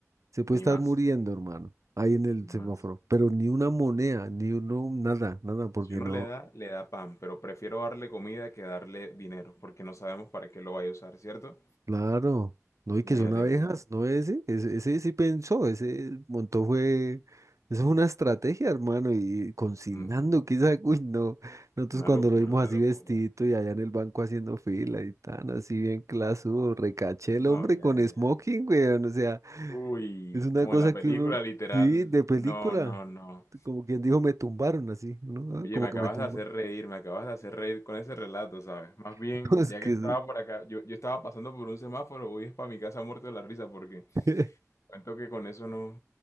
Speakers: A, on the right (about 70°); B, on the left (about 65°).
A: se puede
B: Ni
A: estar
B: más,
A: muriendo, hermano, ahí en el
B: ni
A: semáforo,
B: más.
A: pero ni una moneda, ni uno, nada, nada, porque
B: Si uno
A: no,
B: le da, le da pan, pero prefiero darle comida que darle dinero, porque no sabemos para qué lo vaya a usar, ¿cierto?
A: claro, no, y que
B: Uy,
A: son
B: Alejo.
A: abejas, no ese, ese, ese sí pensó, ese montó fue, eso es una estrategia, hermano, y consignando,
B: mm,
A: quizás, <laughs> uy, no, nosotros
B: Una
A: cuando
B: locura,
A: lo vimos
B: una
A: así
B: locura.
A: vestidito y allá en el banco haciendo fila y tan así bien clasudo, recaché el
B: No,
A: hombre
B: ya,
A: con
B: ya.
A: smoking, weón, o sea.
B: Uy,
A: Es una
B: como
A: cosa
B: en la película,
A: que uno,
B: literal.
A: sí, de película,
B: No, no, no.
A: como quien dijo, me tumbaron así, ¿no? Ah,
B: Oye,
A: Como
B: me acabas
A: que me tumbaron.
B: de hacer reír, me acabas de hacer reír con ese relato, ¿sabes? Más
A: <laughs>
B: bien,
A: Es
B: ya
A: que
B: que estaba por acá, yo, yo estaba pasando por un semáforo, uy, es para mi casa muerto de la risa, porque
A: es- <laughs>
B: Cuento que con eso no,